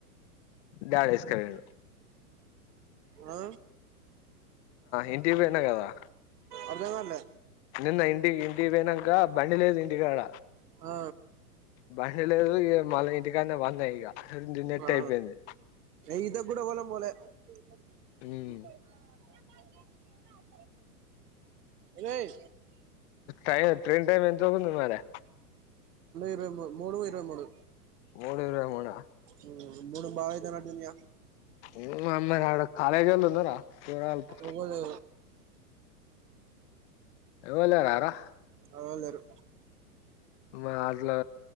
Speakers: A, on the left; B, on the right.
A: డాడీ ఎసుకపోయిండు
B: ఆ
A: ఇంటికి పోయినా కదా
B: అర్థంకాలే
A: నిన్న ఇంటికి ఇంటికి బోయినాంక బండి లేదు ఇంటికాడ
B: ఆ
A: బండి లేదు ఇగ మళ్ళీ ఇంటికాన్నె పన్న ఇగ నెట్
B: ఆ
A: అయిపోయింది
B: ఈతకు కూడా పొలం పోలే <unintelligible>
A: ఉమ్
B: <unintelligible> ఒరేయ్
A: టైం ట్రైన్ టైం ఎంతవుతుంది మరి
B: ఇరవై మూ మూడు ఇరవై మూడు
A: మూడు ఇరవై మూడా
B: ఉమ్మ్ మూడుంభావ్ అయ్యితున్నట్ ఉందిగా
A: ఉమ్ అందగాడు కాలేజ్ వోలు ఉన్నారా పోరాగాళ్లు
B: ఎవ్వరు
A: ఎవల్ లేరా రా
B: ఎవల్ లేరు
A: మరి అట్లా